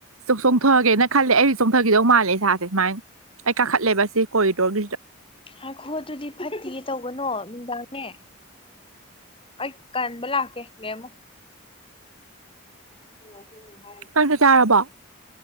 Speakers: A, on the right; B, on the left.
A: ꯆꯣ ꯆꯣꯡꯊꯣꯔꯑꯒꯦꯅ ꯈꯜꯂꯦ ꯑꯩ ꯆꯣꯡꯊꯈꯤꯗꯧ ꯃꯥꯜꯂꯦ ꯏꯁꯥꯁꯦ ꯁꯨꯃꯥꯏꯅ ꯑꯩ ꯀꯥꯈꯠꯂꯦꯕ ꯁꯤ ꯀꯣꯔꯤꯗꯣꯔꯒꯤꯁꯤꯗ
B: ꯍꯥꯏꯈꯣ <unintelligible> ꯑꯗꯨꯗꯤ ꯐꯠꯇꯤꯌꯦ ꯇꯧꯒꯅꯣ ꯅꯨꯡꯗꯥꯡꯅꯦ ꯑꯩ ꯀꯟꯕ ꯂꯥꯛꯀꯦ ꯂꯩꯔꯝꯃꯨ ꯎ <unintelligible> ꯍꯥꯏ <unintelligible>
A: ꯅꯪ ꯆꯥꯛ ꯆꯥꯔꯕꯣ